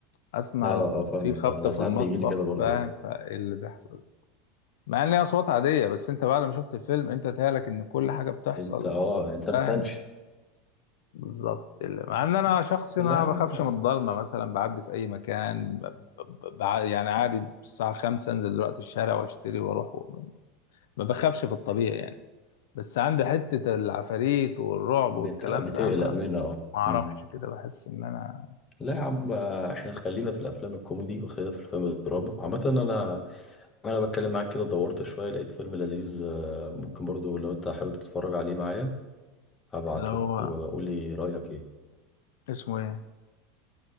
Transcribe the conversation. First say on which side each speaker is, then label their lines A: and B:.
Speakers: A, on the left (about 85°); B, on the left (about 20°).
A: اسمع
B: اه
A: ال-
B: اه فاهمك
A: في خبط
B: آه، انا
A: في
B: ساعات
A: المطبخ
B: بيجي لي كده برضه
A: فاهم
B: آه.
A: فايه اللي بيحصل مع ان هي اصوات عاديه بس انت بعد ما شفت الفيلم انت تهيألك ان كل حاجه بتحصل
B: انت اه انت بتنش
A: فاهم بالظبط ال- مع ان انا شخص ما
B: لا يا عم
A: بخافش من الضلمه مثلا بعدي في اي مكان ب... ب... بع- يعني عادي الساعه 5 انزل دلوقتي الشارع واشتري واروح و... ما بخافش في الطبيعي يعني بس عندي حته العفاريت والرعب
B: بت...
A: والكلام
B: بتقلق
A: ده ما
B: منها اه
A: ما اعرفش
B: أمم.
A: كده بحس ان انا
B: لا يا عم آه، احنا خلينا في الافلام الكوميدي وخلينا في الافلام الدراما عامة انا انا بتكلم معاك كده دورت شويه لقيت فيلم لذيذ آه، ممكن برضو لو انت حابب تتفرج عليه معايا هبعتهولك
A: اللي هو
B: وقول لي رايك ايه
A: اسمه ايه